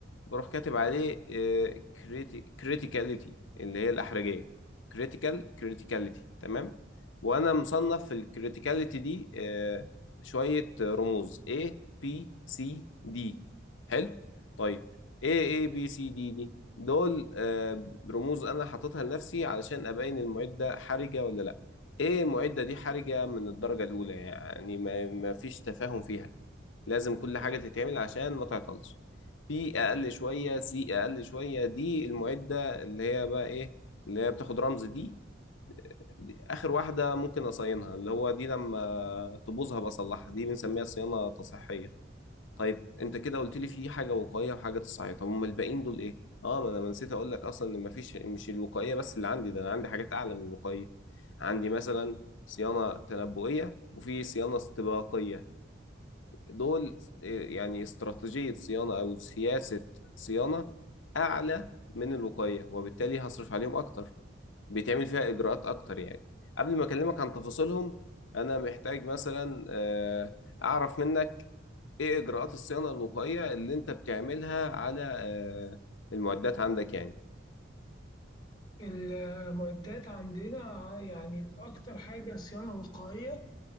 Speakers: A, on the left; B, on the left.
A: بروح كاتب عليه كريتيكاليتي اللي هي الاحرجيه كريتيكال كريتيكاليتي تمام وانا مصنف في الكريتيكاليتي دي آه، شوية رموز A B C D حلو طيب A A B C D دي دول آه، رموز انا حاططها لنفسي علشان ابين المعدة حرجة ولا لا A معدة دي حرجة من الدرجة الاولى يعني ما ما فيش تفاهم فيها لازم كل حاجة تتعمل عشان ما تعطلش في أقل شوية سي أقل شوية دي المعدة اللي هي بقى إيه اللي هي بتاخد رمز دي دي آخر واحدة ممكن أصينها اللي هو دي لما تبوظها بصلحها دي بنسميها صيانة تصحيحية طيب أنت كده قلت لي في حاجة وقائية وحاجة تصحيحية طب أمال الباقيين دول إيه؟ آه ما أنا ما نسيت أقول لك أصلا إن مفيش مش الوقائية بس اللي عندي ده أنا عندي حاجات أعلى من الوقائية عندي مثلا صيانة تنبؤية وفي صيانة استباقية دول آه، يعني استراتيجية صيانة أو سياسة صيانة أعلى من الوقاية وبالتالي هصرف عليهم أكتر بيتعمل فيها إجراءات أكتر يعني قبل ما أكلمك عن تفاصيلهم أنا محتاج مثلا آه، أعرف منك إيه إجراءات الصيانة الوقائية اللي أنت بتعملها على آه، المعدات عندك يعني
B: المعدات عندنا يعني الأكتر حاجة صيانة وقائية